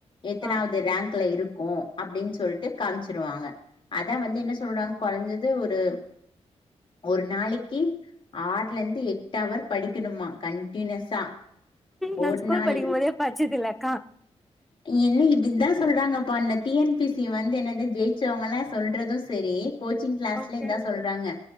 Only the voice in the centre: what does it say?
ஆ
நான்
ஸ்கூல்
படிக்கும் போதே படிச்சதில்லக்கா
ஓகே